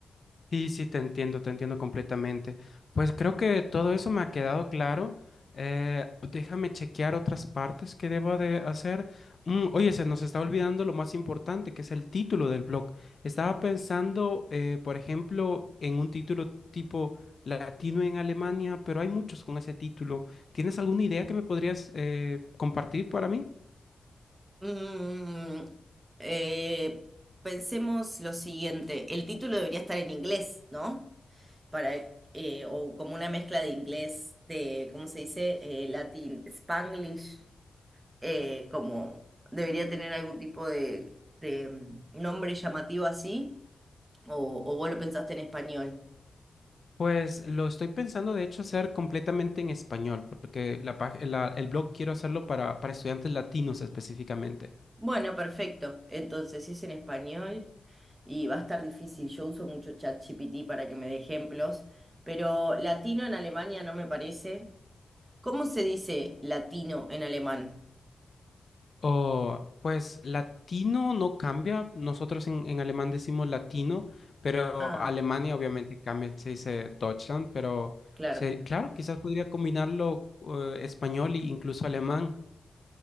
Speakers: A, on the left (about 45°); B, on the right (about 25°).
A: Sí, sí, te entiendo, te entiendo completamente. Pues creo que todo eso me ha quedado claro. Eh, déjame chequear otras partes que debo de hacer. Mm, oye, se nos está olvidando lo más importante, que es el título del blog. Estaba pensando, eh, por ejemplo, en un título tipo Latino en Alemania, pero hay muchos con ese título. ¿Tienes alguna idea que me podrías eh, compartir para mí?
B: Mm, eh, pensemos lo siguiente, el título debería estar en inglés, ¿no? Para, eh, o como una mezcla de inglés, de, ¿cómo se dice? Eh, Latin, Spanglish, eh, como debería tener algún tipo de, de, mm, nombre llamativo así, o, o vos lo pensaste en español.
A: Pues lo estoy pensando, de hecho, hacer completamente en español, porque la, pag- la- el blog quiero hacerlo para, para estudiantes latinos específicamente.
B: Bueno, perfecto. Entonces, si es en español y va a estar difícil. Yo uso mucho ChatGPT para que me dé ejemplos, pero latino en Alemania no me parece. ¿Cómo se dice latino en alemán?
A: O, pues latino no cambia, nosotros en, en alemán decimos latino, pero
B: Ah,
A: Alemania obviamente cambia, se dice Deutschland, pero
B: claro.
A: se- claro, quizás podría combinarlo eh, español e incluso alemán.